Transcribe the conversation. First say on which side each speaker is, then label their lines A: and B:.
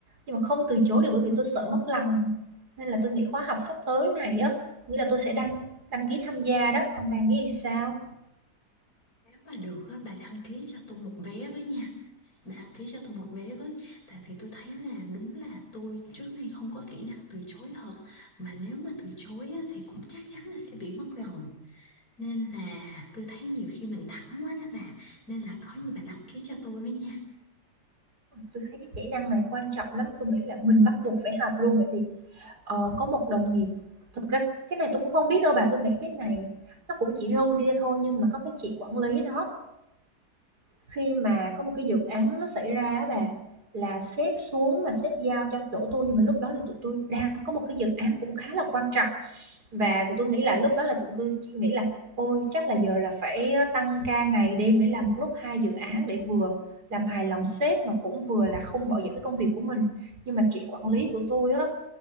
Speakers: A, on the right (about 70°); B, on the left (about 60°).
A: nhưng mà không từ chối được bởi vì tôi sợ mất lòng. Nên là tôi nghĩ khóa học sắp tới này á, nghĩa là tôi sẽ đăng đăng ký tham gia đó, còn bạn nghĩ sao?
B: Nếu mà được á, bà đăng ký cho tôi một vé với nha. Bà đăng ký cho tôi một vé với. Tại vì tôi thấy là đúng là tôi trước nay không có kỹ năng từ chối thật. Mà nếu mà từ chối á, thì cũng chắc chắn là sẽ bị mất lòng. Nên là tôi thấy nhiều khi mình thẳng quá đó bà Nên là có gì bà đăng ký cho tôi với nha
A: tôi thấy cái kỹ năng này quan trọng lắm, tôi nghĩ là mình bắt buộc phải học luôn bởi vì ờ, có một đồng nghiệp thực ra cái này tôi cũng không biết đâu bà, tôi nghĩ cái này nó cũng chỉ râu ria thôi nhưng mà có cái chị quản lý đó khi mà có một cái dự án nó xảy ra á bà là sếp xuống mà sếp giao cho đổ tôi nhưng mà lúc đó là tụi tôi đang có một cái dự án cũng khá là quan trọng Và tụi tui nghĩ là lúc đó là tụi tui chỉ nghĩ là "Ôi, chắc là giờ là phải, tăng ca ngày đêm để làm một lúc 2 dự án để vừa làm hài lòng sếp mà cũng vừa là không bỏ dở cái công việc của mình." Nhưng mà chị quản lý của tôi á,